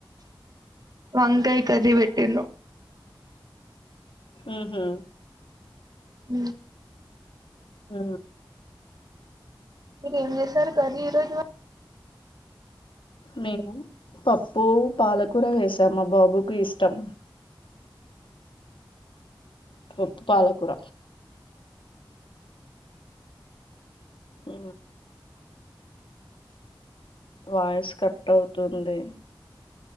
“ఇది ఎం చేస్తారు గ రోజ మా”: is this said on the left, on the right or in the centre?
Right